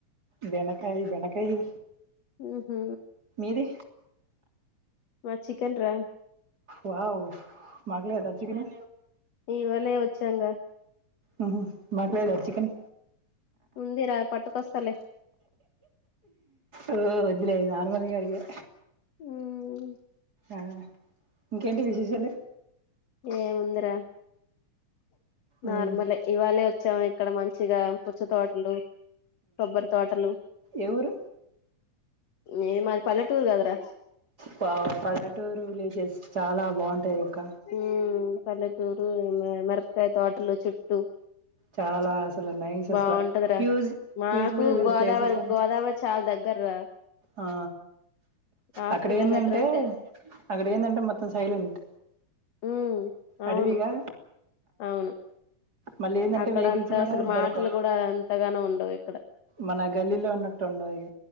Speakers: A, on the right; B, on the left.
A: బెండకాయి బెండకాయి
B: ఉమ్ హు
A: ది
B: మాది చికెన్ రా
A: వావ్ మాకు లేదా చికెను
B: ఇవాలే వచ్చాంగా
A: ఉంహు మాకు లేదా చికెన్
B: ఉందిరా పట్టుకొస్తలే
A: ఓ వద్దులే నార్మల్గా అడిగా
B: ఉమ్
A: ఆ ఇంకేంటి విశేషాలు
B: ఏముందిరా నార్మలే
A: ఉమ్
B: ఇవాళే వ చ్చాం ఇక్కడ మంచిగా పుచ్చ తోటలు కొబ్బరి తోటలు
A: ఎ ఊరు
B: ఇది మాది పల్లెటూరు కాదరా
A: ప-పల్లెటూరు విలేజెస్ చాలా బాగుంటాయి అక్క
B: ఉమ్ పల్లెటూరు మిరపకాయ తోటలో చుట్టూ
A: చాలా అసలు నైస్
B: బాగుంటదిరా
A: అసలు ప్యూజ్
B: మాకు
A: ప్యూజిబుల్
B: గోదావరి
A: ప్లేసెస్ అ
B: గోదావరి చాలా దగ్గర్రా
A: ఆ
B: హాఫ్
A: అక్కడ
B: కిలోమీటర్
A: ఏందంటే
B: ఉంటే
A: అక్కడ ఏందంటే మొత్తం సైలెంట్
B: ఉమ్ అవును
A: అడివగా
B: అవును
A: మళ్లీ ఏందంటే
B: అక్కడ
A: వెయ్ కిల్స్
B: అంతా
A: కూడా
B: అసలు మాటలు
A: దొరకవ్
B: కూడా అంతగానం ఉండవు ఇక్కడ
A: మన గల్లీలో ఉన్నట్టు ఉండవు ఇగ